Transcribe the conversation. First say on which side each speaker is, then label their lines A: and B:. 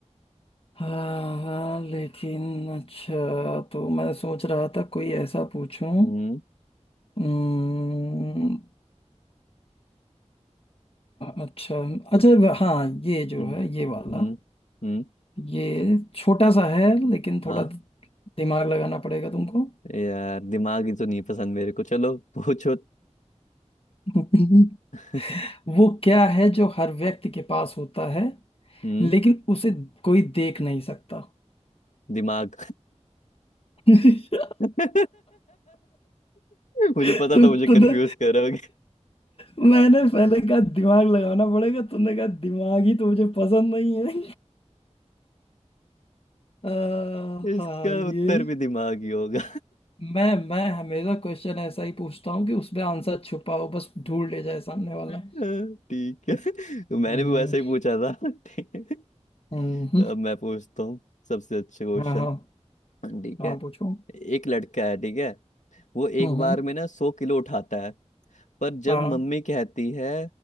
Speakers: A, on the left; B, on the left.
A: हाँ हाँ लेकिन अच्छा तो मैं सोच रहा था कोई ऐसा पूछूं
B: हम्म
A: हम्म, अच्छा अच्छा हाँ ये जो
B: हम्म
A: है ये वाला
B: हम्म हम्म,
A: ये छोटा सा है लेकिन
B: हाँ
A: थोड़ा दिमाग लगाना पड़ेगा तुमको
B: यार दिमाग ही तो नहीं पसंद मेरे को चलो पूछो
A: <laughs>
B: <laughs>
A: वो क्या है जो हर व्यक्ति के पास होता है
B: हम्म
A: लेकिन उसे कोई देख नहीं सकता
B: दिमाग
A: <laughs>
B: <laughs> मुझे
A: तो
B: पता था मुझे
A: तुमने
B: कंफ्यूज करोगे
A: मैंने पहले कहा दिमाग लगाना पड़ेगा तुमने कहा दिमाग ही तो मुझे पसंद नहीं है अ,
B: इसका
A: हाँ ये
B: उत्तर भी दिमाग ही होगा
A: मैं मैं हमेशा क्वेश्चन ऐसा ही पूछता हूँ कि उसमें आंसर छुपा हो बस ढूंढ ले जाए सामने वाला
B: हाँ, ठीक है तो मैंने
A: हम्म।
B: भी वैसे ही पूछा था ठीक है
A: हम्म हम्म हम्म,
B: अब मैं पूछता हूँ सबसे अच्छे क्वेश्चन
A: हाँ हाँ
B: ठीक
A: हाँ
B: है
A: पूछो
B: एक लड़का है ठीक है वो एक
A: हम्म
B: बार
A: हम्म,
B: में ना सौ किलो उठाता है पर जब
A: हाँ
B: मम्मी कहती है